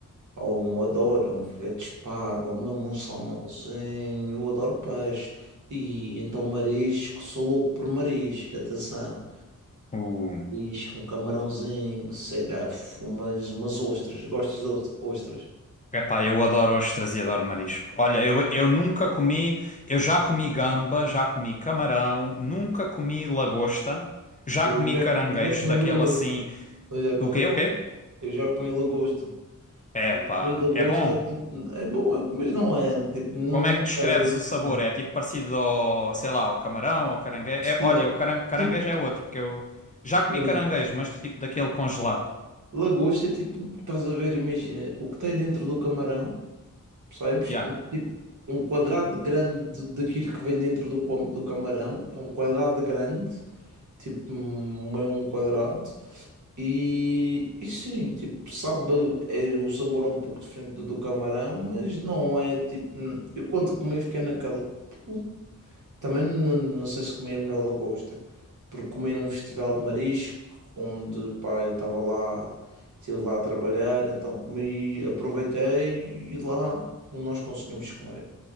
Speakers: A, on the right (about 60°); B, on the left (about 25°).
A: ou um, adoro um filete de espada, ou mesmo um salmãozinho, eu adoro peixe, e então marisco, sou louco por marisco, atenção,
B: Uh.
A: marisco, um camarãozinho, sei lá, umas, umas ostras, gostas de ostras? ostras.
B: Epá, eu adoro ostras e adoro marisco. Olha, eu, eu nunca comi, eu já comi gamba, já comi camarão, nunca comi lagosta, já
A: Eu
B: comi
A: já,
B: caranguejo,
A: eu já comi
B: daquele
A: lagosta.
B: assim.
A: Eu já comi
B: O quê?
A: lagosta.
B: O quê?
A: Eu já comi lagosta.
B: Epá,
A: Comi lagosta,
B: é bom.
A: tipo, é bom, é- mas não é, tipo, não
B: Como é que
A: perde
B: descreves
A: assim
B: o sabor?
A: tanto.
B: É tipo parecido ao, sei lá, ao camarão, ao caranguejo.
A: Sei
B: É, olha,
A: lá,
B: o caran- caranguejo
A: Tipo,
B: é outro, porque eu já comi
A: é,
B: caranguejo, mas tipo daquele congelado.
A: lagosta é tipo, estás a ver, imagina, o que tem dentro do camarão, percebes?
B: Yeah.
A: Mas, tipo, um quadrado grande daquilo que vem dentro do, cam- do camarão, é um quadrado grande, tipo um meio um quadrado. E, e sim, tipo, sabe, é, o sabor é um pouco diferente do do camarão, mas não é tipo. hum, Eu quando comi fiquei naquela. "Pô". Também não, não sei se comi a melhor lagosta, porque comi num festival de marisco, onde pá, eu estava lá, estive lá a trabalhar, então comi, aproveitei e lá nós conseguimos comer.